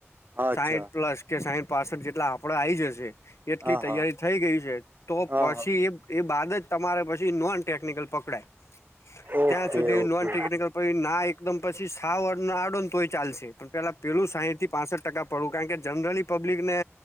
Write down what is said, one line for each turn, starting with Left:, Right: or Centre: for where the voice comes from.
Right: અચ્છા
Left: સાઈઠ પ્લસ કે સાઈઠ પાસઠ જેટલા આપડા આઈ જશે. એટલી
Right: હા
Left: તૈયારી
Right: હા
Left: થઈ ગઈ છે તો
Right: હા
Left: પછી
Right: હા
Left: એ એ બાદ જ તમારે પછી નોન ટેકિકલ પકડાય
Right: ઓકે
Left: ત્યાં સુધી
Right: ઓકે
Left: નોન ટેકિકલ પછી ના એકદમ પછી સા આડ તો ચાલશે પણ પેલા પેલું સાહીઠ થી પાસઠ ટકા પડવું કારણ કે જનરલી પબ્લિક ને.